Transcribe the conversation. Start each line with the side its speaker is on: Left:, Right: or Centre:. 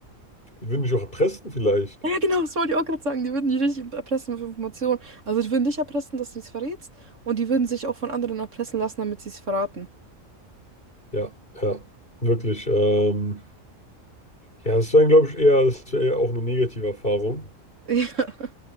Left: Die würden mich auch erpressen vielleicht.
Right: Ja, ja, genau, das wollte ich auch gerade sagen. Die würden dich richtig erpressen mit Informationen. Also die würden dich erpressen, dass du es verrätst und die würden sich auch von anderen erpressen lassen, damit sie es verraten.
Left: Ja, ja, wirklich. Ähm, ja, das wäre, glaube ich, eher, das wäre eher auch eine negative Erfahrung.
Right: <laughs> Ja.